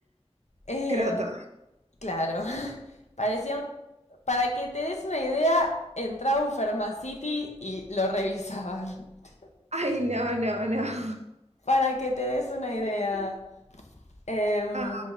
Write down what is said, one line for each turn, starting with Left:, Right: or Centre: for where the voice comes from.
Left: Eh,
Right: croto.
Left: claro, parecía un Para que te des una idea, entraba un Pharmacity y lo revisaban. <laughs>
Right: Ay, no, no, no. <laughs>
Left: Para que te des una idea. Em,
Right: Ah,